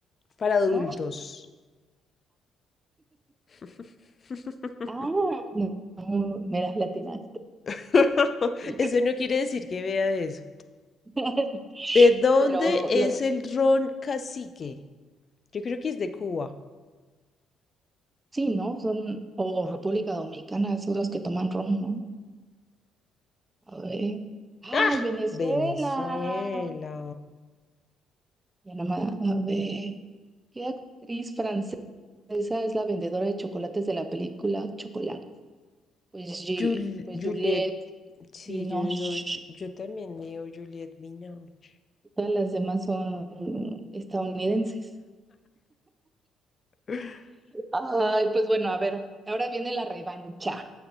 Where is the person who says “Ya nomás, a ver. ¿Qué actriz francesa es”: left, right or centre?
Right